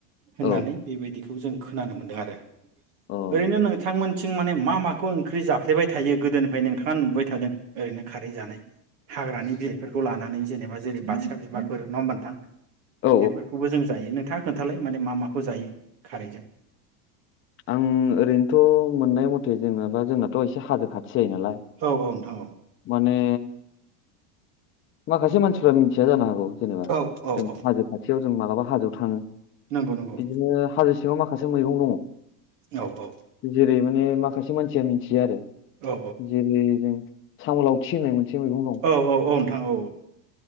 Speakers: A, on the right; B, on the left.
A: होननानै
B: औ
A: बेबायदिखौ बेखौ जों खोनानो मोनदों आरो
B: अ
A: ओरैनो नोंथांमोन आथिं माने मा माखौ ओंख्रि जाफ्लेबाय थायो गोदोनिफ्राय नोंथाङा नुबोबाय थादों? ओरैनो खारै जानाय हाग्रानि बिलाइफोरखौ लानानै जेनेबा जेरै बाथिखा बिबारफोर नङा होनबा नोंथां।
B: औ
A: बेफोरखौबो जों जायो न खोन्थालाय माने मा माखौ जायो खारैजों
B: आं ओरैनोथ' मोननाय मथे जेनोबा जोंनाथ' एसे हाजो खाथि जायो नालाय
A: औ औ नोंथां औ
B: माने माखासे मानसिफ्रा मिथिया जानो हागौ। जेनेबा
A: औ औ
B: जों
A: औ
B: हाजो खाथियाव जों मालाबा हाजोआव थाङो
A: नंगौ नंगौ
B: बिदिनो हाजो माखासे मैगं
A: औ औ
B: दङ जेरै माने माखासे सासे मानसिया मिथियो आरो
A: औ
B: जेरै जों सामोलाव थि होननाय मोनसे मैगं दं
A: औ औ औ नोंथां नोंथां औ